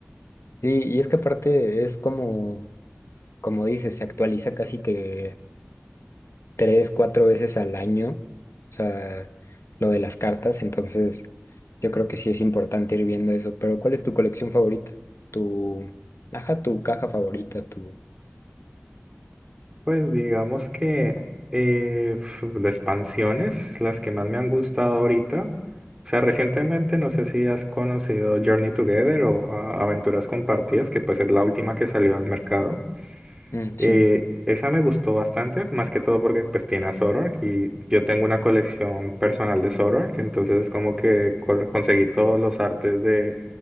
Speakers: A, on the left; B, on the right.
A: Sí, y es que aparte es como, como dices, se actualiza casi que tres, cuatro veces al año, o sea, lo de las cartas, entonces yo creo que sí es importante ir viendo eso, pero ¿cuál es tu colección favorita? Tu, ajá, tu caja favorita, tu...
B: Pues digamos que eh, f- de expansiones, las que más me han gustado ahorita, o sea, recientemente no sé si has conocido Journey Together o ah, Aventuras Compartidas, que pues es la última que salió al mercado.
A: Mm,
B: Eh,
A: sí,
B: esa me gustó bastante, más que todo porque pues tiene a Zoroark y yo tengo una colección personal de Zoroark, entonces como que col- conseguí todos los artes de,